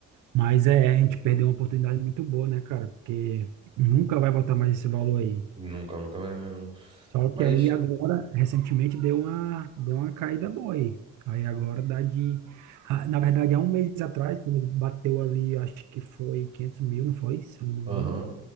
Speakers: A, on the right; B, on the right.
A: Mas é, a gente perdeu uma oportunidade muito boa, né, cara? Porque nunca vai voltar mais esse valor aí.
B: Nunca, nunca mais mesmo. não.
A: Só
B: Mas
A: que aí agora, recentemente, deu uma, deu uma caída boa aí. Aí agora dá de. ah, Na verdade, há um mês atrás, quando ele bateu ali, acho que foi 500 mil, não foi? Se eu não me engano.
B: Aham.